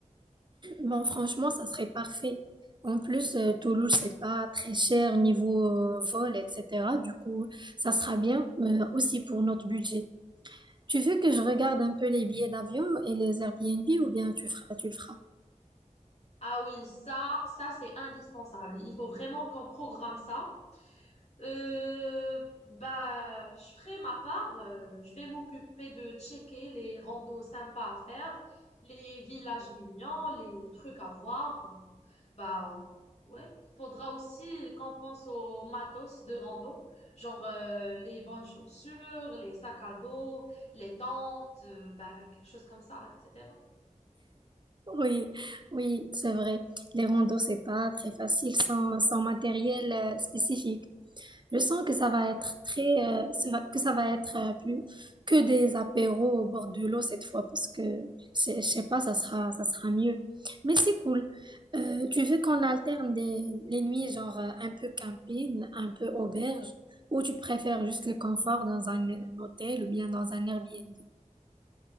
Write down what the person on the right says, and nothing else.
Bon, franchement, ça serait parfait. En plus, euh, Toulouse, c'est pas très cher niveau euh, vol, etc. Du coup, ça sera bien, euh, aussi pour notre budget. Tu veux que je regarde un peu les billets d'avion et les Airbnb ou bien tu feras, tu le feras?
Oui, oui, c'est vrai. Les randos, c'est pas très facile sans, sans matériel euh, spécifique. Je sens que ça va être très, euh, ça va- que ça va être euh, plus que des apéros au bord de l'eau cette fois parce que je je sais pas, ça sera, ça sera mieux. Mais c'est cool. Euh, tu veux qu'on alterne des, les nuits genre euh, un peu camping, un peu auberge, ou tu préfères juste le confort dans un, un hôtel ou bien dans un Airbnb?